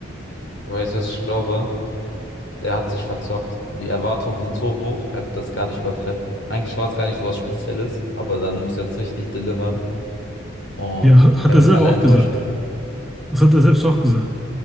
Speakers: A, on the left (about 60°); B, in the centre.
A: Weißt du, was ich glaube? Der hat sich verzockt. Die Erwartungen sind so hoch, er wird das gar nicht übertreffen. Eigentlich war es gar nicht so was Spezielles, aber dann muss er jetzt richtig delivern und
B: Ja, hat
A: er
B: er
A: wird
B: selber
A: alle
B: auch
A: enttäuschen.
B: gesagt. Das hat er selbst auch gesagt.